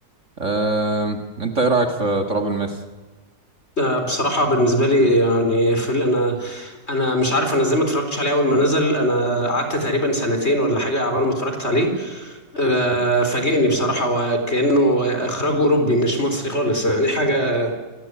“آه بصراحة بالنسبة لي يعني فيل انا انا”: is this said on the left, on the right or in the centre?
Left